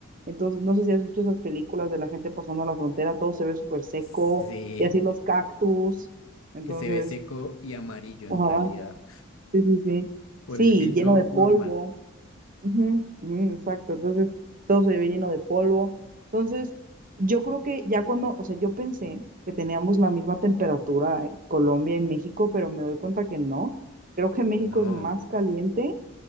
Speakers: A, on the right (about 45°); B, on the left (about 85°).
A: Entonces, no sé si has visto esas películas de la gente pasando a la frontera, todo se ve súper seco,
B: sí,
A: y así los cactus. Entonces,
B: que se ve seco y amarillo en
A: ajá,
B: realidad
A: sí, sí, sí.
B: por
A: Sí,
B: el filtro
A: lleno de polvo.
B: normal.
A: Ujú, ujú, exacto, entonces todo se ve lleno de polvo. Entonces, yo creo que ya cuando, o sea, yo pensé que teníamos la misma temperatura en Colombia y México, pero me doy cuenta que no. Creo que México
B: No.
A: es más caliente,